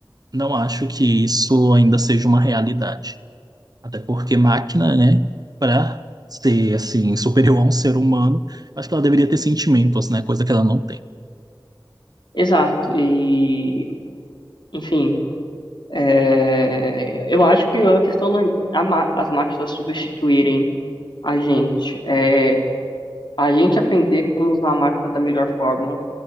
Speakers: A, on the right; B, on the left.
A: não acho que isso ainda seja uma realidade. Até porque máquina, né, para ser, assim, superior a um ser humano, acho que ela deveria ter sentimentos, né? Coisa que ela não tem.
B: Exato. E, enfim, é, eu acho que a questão não é a ma- as máquinas substituírem a gente. É a gente aprender como usar a máquina da melhor forma